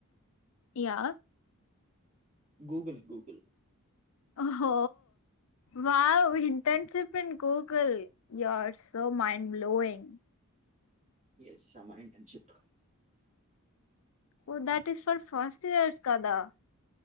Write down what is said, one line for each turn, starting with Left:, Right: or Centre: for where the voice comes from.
Left: యయా
Right: గూగుల్ గూగుల్
Left: హ వావ ఇంటర్న్షిప్న్ Google you are so mind blowing
Right: ఎస్రి internship
Left: oh that is for first years కదా